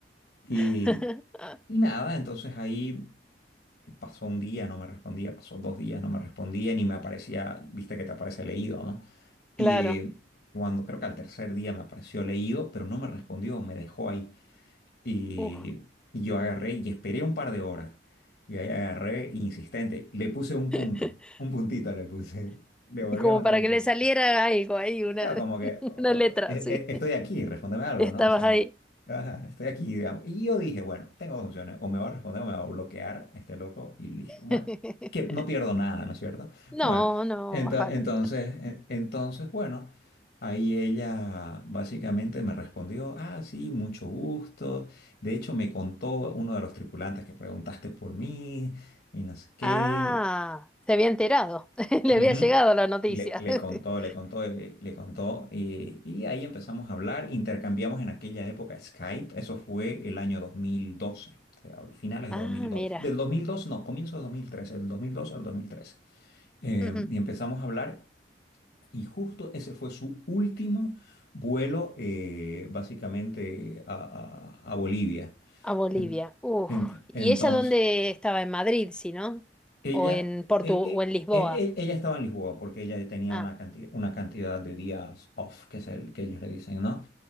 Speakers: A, on the left; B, in the centre.
A: Y,
B: <laughs>
A: y nada, entonces ahí pasó un día, no me respondía, pasó dos días, no me respondía, ni me aparecía, viste que te aparece leído, ¿no? Y
B: Claro.
A: eh, cuando creo que al tercer día me apareció leído, pero no me respondió, me dejó ahí. Y,
B: Uf.
A: y yo agarré y esperé un par de horas. Y ahí agarré insistente, le puse un
B: <laughs>
A: punto, un puntito le puse. <laughs> Le volví
B: Como
A: a mandar
B: para
A: un
B: que
A: punto.
B: le saliera algo ahí, una,
A: Claro, como que
B: <laughs>
A: o- o-
B: una letra,
A: e-
B: sí.
A: e- estoy aquí, respóndeme algo,
B: Estabas
A: ¿no? O sea,
B: ahí.
A: ajá, estoy aquí, digamos. Y yo dije, bueno, tengo dos opciones, o me va a responder o me va a bloquear este loco y listo. Bueno,
B: <laughs>
A: que no pierdo nada, ¿no es cierto?
B: No,
A: Bueno,
B: no,
A: ento-
B: más vale.
A: entonces, en- entonces, bueno, ahí ella básicamente me respondió, ah, sí, mucho gusto. De hecho, me contó uno de los tripulantes que preguntaste por mí y no sé qué.
B: Ah, se había enterado. <laughs> Le
A: Ujú.
B: había llegado la noticia.
A: Le, le contó,
B: <laughs>
A: le contó, le, le contó, eh, y ahí empezamos a hablar, intercambiamos en aquella época Skype, eso fue el año 2012, te hablo, finales
B: Ah,
A: de dos mil dos
B: mira,
A: del dos mil dos no, comienzo de dos mil tres del 2002 al 2003, Eh,
B: Ujú.
A: y empezamos a hablar, y justo ese fue su último vuelo, eh, básicamente, a, a- a Bolivia.
B: a Bolivia.
A: En-
B: Uf.
A: ent-
B: ¿Y
A: entonces...
B: ella dónde estaba? ¿En Madrid, si no?
A: Ella,
B: ¿O en Portu
A: eh,
B: o
A: eh,
B: en Lisboa?
A: eh, eh, ella estaba en Lisboa porque ella tenía
B: Ah,
A: una cantidad, una cantidad de días off, que es el que ellos le dicen, ¿no?